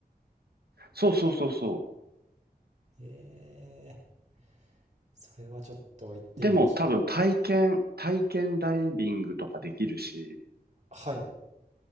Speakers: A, on the right; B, on the right.
A: そうそうそうそ
B: へえ。それはちょっと行ってみるしかない。
A: う。でも多分体験、体験ダイビングとかできるし。
B: はい。